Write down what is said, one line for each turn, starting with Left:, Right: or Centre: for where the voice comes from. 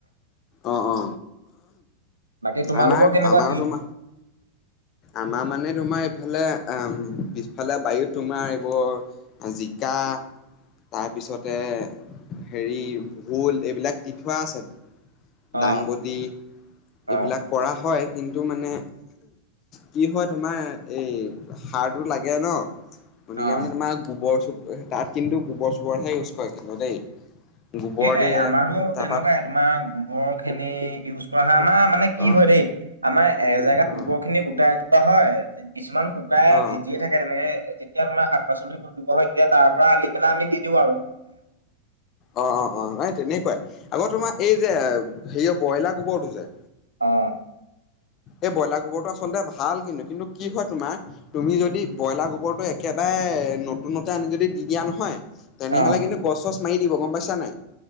Left: অ অ
Right: বাকী তোমালোকৰ
Left: আমাৰ
Right: কেনেকুৱা
Left: আমাৰো
Right: কি?
Left: তোমাৰ আমাৰ মানে তোমাৰ এইফালে আহ পিছফালে বাৰীত তোমাৰ এইবোৰ জিকা তাৰপিছতে হেৰি ভোল এইবিলাক দি থোৱা আছে।
Right: অ
Left: দাংবডী
Right: অ
Left: এইবিলাক
Right: অ
Left: কৰা হয় কিন্তু মানে কি হয় তোমাৰ এই সাৰটো লাগে ন। গতিকে
Right: অ
Left: মানে তোমাৰ গোবৰ চ তাত কিন্তু গোবৰ চোবৰহে ইউজ কৰে কিন্তু দেই। গোবৰ
Right: সেইটোৱে
Left: দিয়ে
Right: আমাৰো
Left: তাৰপা
Right: তেনেকুৱাই তোমাৰ গোবৰ খিনি ইউজ কৰা আমাৰ মানে কি
Left: অ
Right: হয় দেই। আমাৰ এজেগাত
Left: অ
Right: গোবৰ খিনি গোটাই যোৱা হয়। কিছুমান শুকাই
Left: অ
Right: ভিজিয়ে থাকে তেনেকে তেতিয়া তোমাৰ শাক পাচলি ওপৰত দিব হয় তেতিয়া তাৰ পৰা আনি পেলাই আমি দি দিওঁ আৰু।
Left: অ', অ', অ', এাই তেনেকুৱাই আকৌ তোমাৰ এই যে হেৰিয় ব্ৰইলাৰ গোবৰটো যে
Right: অ'।
Left: এই ব্ৰইলাৰ গোবৰটো আচলতে ভাল কিন্তু কিন্তু কি হয় তোমাৰ তুমি যদি ব্ৰইলাৰ গোবৰটো একেবাৰে নতুনতে আনি যদি দি দিয়া নহয় তেনেহ'লে
Right: অ
Left: কিন্তু গছ চছ মাৰি দিব গম পাইছা নাই।